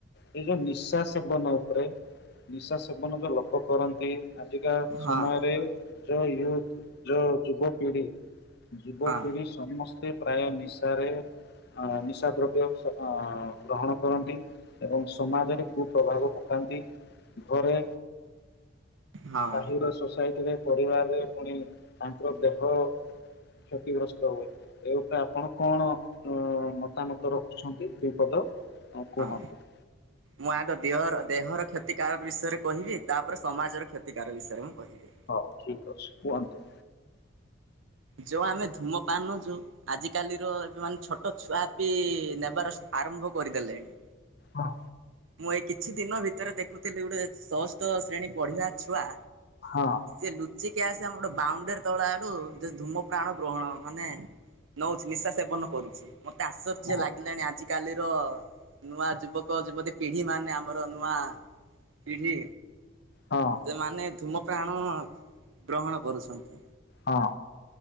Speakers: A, on the left; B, on the right.
A: ଏଇ ଯୋଉ ନିଶା ସେବନ ଉପରେ ନିଶା ସେବନ ଯୋଉ ଲୋକ କରନ୍ତି। ଆଜିକା
B: ହଁ
A: ସମୟରେ ଯୋଉ ୟୁଥ ଯୋଉ ଯୁବପିଢି ଯୁବପିଢି
B: ହଁ।
A: ସମସ୍ତେ ପ୍ରାୟ ନିଶାରେ ଅ ନିଶା ଦ୍ରବ୍ୟ ସ-ଅ-ଗ୍ରହଣ କରନ୍ତି ଏବଂ ସମାଜରେ କୁପ୍ରଭାବ ପକା ନ୍ତି ଘରେ,
B: ହଁ
A: ସାହିର, ସୋସାଇଟିରେ ପରିବାରରେ ପୁଣି ତାଙ୍କର ଦେହ କ୍ଷତିଗ୍ରସ୍ତ ହୁଏ, ଏ ଉପରେ ଆପଣ କଣ ଅ-ମତାମତ ରଖୁଛନ୍ତି ଦୁଇପଦ ଆଉ କୁହନ୍ତୁ?
B: ହଁ। ମୁଁ ଆଗ ଦିହର-ଦେହର କ୍ଷତିକାରକ୍ ବିଷୟରେ କହିବି ତାପରେ ସମାଜର କ୍ଷତିକାର ବିଷୟରେ ମୁଁ କହିବି।
A: ହୋଉ ଠିକ ଅଛି କୁହନ୍ତୁ?
B: ଯୋଉ ଆମେ ଧୂମ ପାନ ଯୋଉ ଆଜିକାଲିର ଏବେ ମାନେ ଛୋଟ ଛୁଆ ବି ନେବାର ଆରମ୍ଭ କରିଦେଲେଣି।
A: ହଁ।
B: ମୁଁ ଏଇ କିଛି ଦିନ ଭିତରେ ଦେଖୁଥିଲି ଗୋଟେ ଷଷ୍ଠ ଶ୍ରେଣୀ ପଢିବା ଛୁଆ
A: ହଁ।
B: ସେ ଲୁଚିକି ଆସି ଆମର ଗୋଟେ ବାଉଣ୍ଡରୀ ତଳଆଡୁ ଯେ ଧୂମପ୍ରାଣ ଗ୍ରହଣ ମାନେ ନୋଉଚି ନିଶା ସେବନ କରୁଚି ମତେ ଆଶ୍ଚର୍ଯ୍ୟ
A: ହଁ
B: ଲାଗିଲାଣି ଆଜିିକାଲି ତ ନୂଆ ଯୁବକ ଯୁବତୀ ପିଢି ମାନେ ଆମର ନୂଆ ପିଢି
A: ହଁ
B: ସେମାନେ ଧୂମ ପ୍ରାଣ ଗ୍ରହଣ କରୁଛନ୍ତି।
A: ହଁ।